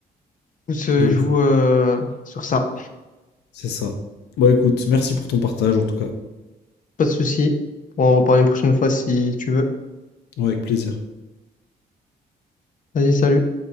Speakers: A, on the left; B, on the left.
A: Tout se
B: De ouf.
A: joue euh, sur ça.
B: C'est ça. Bah écoute, merci pour ton partage en tout cas.
A: Pas de souci. On en reparler une prochaine fois si tu veux.
B: Ouais, avec plaisir.
A: Vas-y, salut.